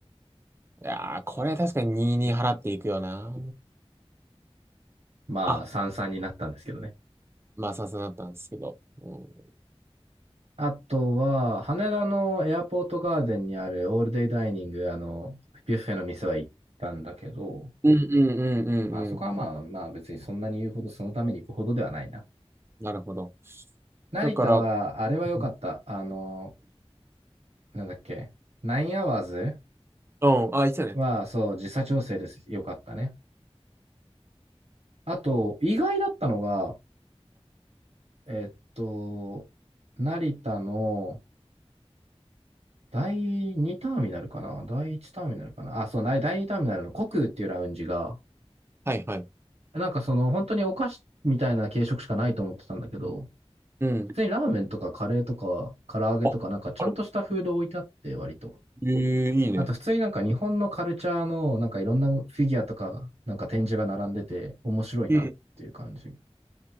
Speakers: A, on the right; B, on the right.
A: いやー、これ確かに22払っていくよな。
B: まあ、
A: あ、
B: 三々になったんですけどね。
A: まあ、さすがだったんですけど。うん、
B: あとは、羽田のエアポートガーデンにあるオールデイダイニング、あの、ビュッフェの店は行ったんだけど、
A: うん、うん、うん、うん。
B: まああそこはまあまあ別にそんなに言うほどそのために行くほどではないな。
A: うんなるほど。
B: 成田は、
A: だから、う
B: あれは良かった。
A: ん、
B: あの、なんだっけ、ナインアワーズ
A: うんあ、いいっすよね。
B: は、そう、時差調整です。良かったね。あと、意外だったのが、えっと、成田の第2ターミナルかな第1ターミナルかなあ、そう、な第2ターミナルのコクーっていうラウンジが、
A: はいはい。
B: なんかその本当にお菓子みたいな軽食しかないと思ってたんだけど、
A: うん。
B: 普通にラーメンとかカレーとか唐揚げとかなんかちゃんとしたフード置いてあって割と。
A: あ、ある。ええいいね。
B: あと普通になんか日本のカルチャーのなんかいろんなフィギュアとかなんか展示が並んでて面白いなっていう感じ。
A: うん。